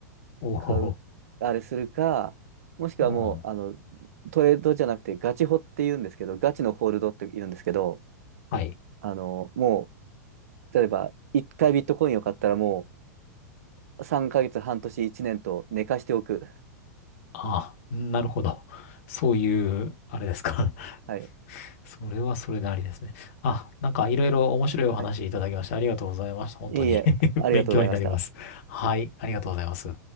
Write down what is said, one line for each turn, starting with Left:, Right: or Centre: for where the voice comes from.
Left: おお。
Right: 買う、あれするか、もしくはもう、
Left: うん。
Right: あの、トレードじゃなくてガチホって言うんですけど、ガチのホールドって言うんですけど、
Left: はい。
Right: あの、もう、例えば、1回ビットコインを買ったらもう、3ヶ月、半年、1年と寝かしておく。
Left: ああ、なるほど。そういう、あれですか。
Right: はい。
Left: それはそれでありですね。あ、なんかいろいろ面白いお話いただきましてありがとうございました。
Right: はい。
Left: 本当に
Right: いえいえ、
Left: <laughs>
Right: ありがとうございました。
Left: 勉強になります。はい、ありがとうございます。